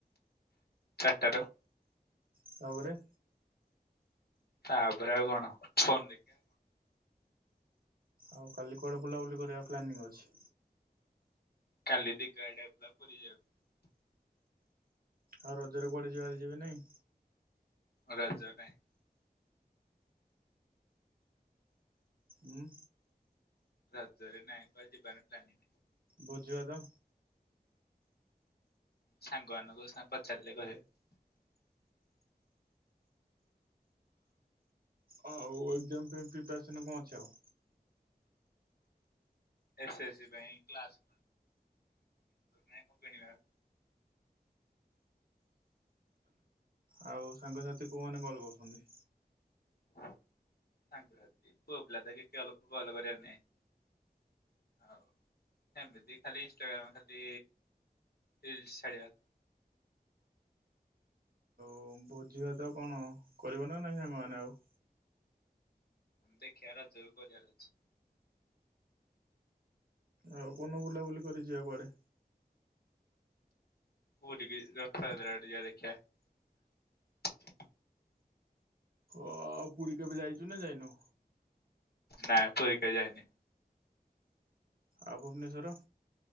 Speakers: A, on the left (about 80°); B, on the right (about 65°).
A: ଚାରିଟା ରୁ।
B: ତାପରେ?
A: ତାପରେ ଆଉ କଣ ଫୋନ ଦେଖିବା,
B: ଆଉ କାଲି କୁଆଡ଼େ ବୁଲାବୁଲି କରିବା ପ୍ଲାନିଂ ଅଛି?
A: କାଳି <inaudible> ପୁରୀ ଯାଉଛୁ
B: ଆଉ ରଜ ରେ କୁଆଡେ ଯିବାର ଯିବେ ନାହିଁ?
A: ରଜ ନାଇଁ
B: ହୁଁ
A: ରଜରେ ନାଇଁ ଵା ଯିବାର ପ୍ଲାନିଂ
B: ଭୋଜି ଭାତ?
A: ସାଙ୍ଗ ମାନଙ୍କୁ ପଚାରିଲେ କହିବେ,
B: ଆଉ ଏକଜାମ ପାଇଁ ପ୍ରିପାରେସନ୍ କଣ ଅଛି ଆଉ?
A: ଏସ ଏସ ସି ପାଇଁ କ୍ଲାସ <inaudible> କରିବା
B: ଆଉ ସାଙ୍ଗସାଥି କୋଉମାନେ କଲ କରୁଛନ୍ତି?
A: ସାଙ୍ଗସାଥି ପୁଅ ପିଲା ତ କିଛି ଆଉ କଲ କରିବାର ନାହିଁ।, ଆଉ ଏମିତି ଖାଲି ଇନଷ୍ଟାଗ୍ରାମ ଖାଲି ରିଲସ ଛାଡିବା।
B: ହଉ ଭୋଜି ଭାତ କଣ? କରିବ ନା ନାଇଁ ସାଙ୍ଗମାନେ ଆଉ।
A: ଦେଖିବା ରଜକୁ କରିବାର ଅଛି।
B: ଆଉ କୋଉଦିନ ବୁଲାବୁଲି କରି ଯିବା କୁଆଡେ?
A: ପୁରୀ କି ରଥ ଯାତ୍ରା ଟିକେ ଯିବା ଦେଖିବା।
B: ଅ ପୁରୀ କେବେ ଯାଇଛୁ ନା ଯାଇନୁ?
A: ନାଁ, ପୁରୀ କେଭେ ଯାଇନି।
B: ଆଉ ଭୁବନେଶ୍ୱର?